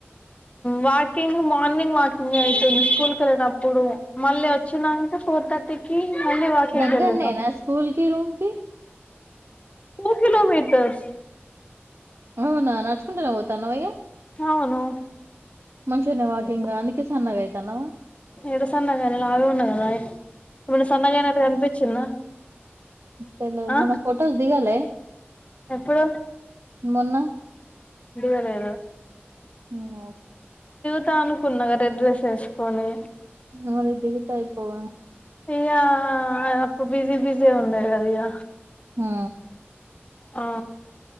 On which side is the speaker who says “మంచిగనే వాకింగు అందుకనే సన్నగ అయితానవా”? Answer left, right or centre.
Right